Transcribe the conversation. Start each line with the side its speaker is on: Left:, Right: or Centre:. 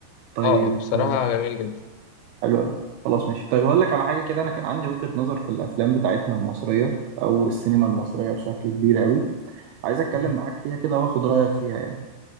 Right: طيب
Left: اه بصراحة
Right: آه،
Left: جميل جدا
Right: حلو أوي. خلاص ماشي طيب هقول لك على حاجه كده انا كان عندي وجهه نظر في الافلام بتاعتنا المصريه او السينما المصريه بشكل كبير قوي عايز اتكلم
Left: مم.
Right: معاك فيها كده واخد رايك فيها يعني